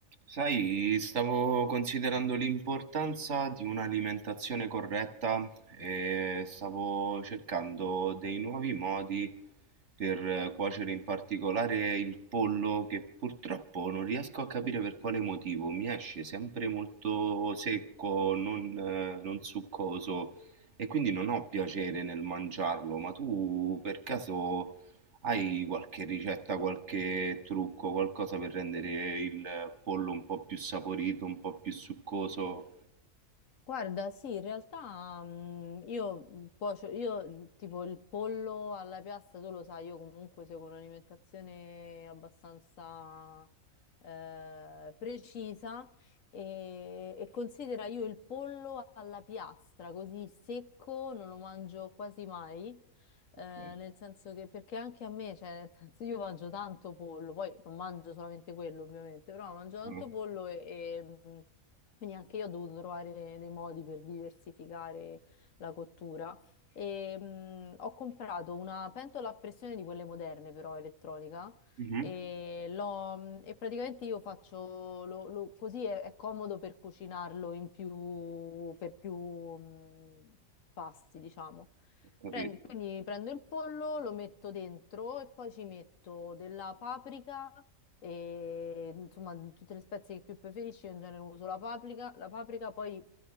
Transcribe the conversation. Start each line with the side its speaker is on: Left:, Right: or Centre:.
Right: Sai, stavo considerando l'importanza di un'alimentazione corretta e stavo cercando dei nuovi modi per eh, cuocere in particolare il pollo che purtroppo non riesco a capire per quale motivo mi esce sempre molto secco, non, eh, non succoso e quindi non ho piacere nel mangiarlo, ma tu per caso... Hai qualche ricetta, qualche trucco, qualcosa per rendere il pollo un po' più saporito, un po' più succoso?
Left: Guarda, sì, in realtà mm, io mm, cuocio, io il- tipo il pollo alla piastra, tu lo sai, io comunque seguo un'alimentazione abbastanza eh, precisa e, e considera io il pollo alla piastra, così secco, non lo mangio quasi mai, eh,
Right: Ok.
Left: nel senso che, perché anche a me, cioè, nel senso io mangio tanto pollo, poi non mangio solamente quello ovviamente, però mangio tanto
Right: Ah,
Left: pollo e... e, mm, quindi anche io ho dovuto trovare dei modi per diversificare la cottura. E, mh, ho comprato una pentola a pressione di quelle moderne, però elettronica.
Right: mhm,
Left: E, l'ho- mh, e praticamente io faccio lo- lo- così è, è comodo per cucinarlo in più, per più mh, pasti, diciamo.
Right: Ho capito.
Left: Prendi- quindi prendo il pollo, lo metto dentro e poi ci metto della paprika e insomma tutte le spezie che più preferisci, io in genere uso la paprika, la paprika poi